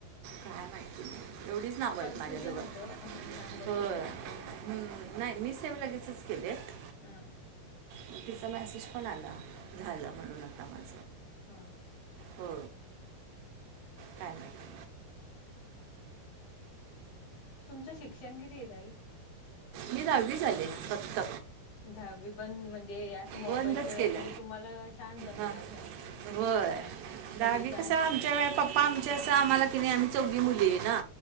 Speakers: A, on the right (about 85°); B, on the left (about 75°).
A: काय माहिती नाही एवढीच नावं आहेत
B: कन्फ्युजन
A: माझ्याजवळ.
B: होतं नंबर
A: हो
B: सेव्ह नाही केले का
A: हम् नाही मी सेव लगेचच केलेत.
B: हं,
A: मग तिचा मेसेज पण आला झालं म्हणून आता माझ.
B: हा
A: हो काय माहिती.
B: तुमचं शिक्षण किती येतंय ताई?
A: मी दहावी झाले फक्त.
B: दहावी पण म्हणजे असं मोबाईलच
A: बंदच
B: वगैरे
A: केलं
B: तुम्हाला छान जमतं
A: हां
B: असं.
A: होय
B: अ, म्हणजे
A: दाहावी
B: छान
A: कस आमच्या व प्पा. प्पा आमच्या असं आम्हाला की नाही आम्ही चौघी मुली आहे ना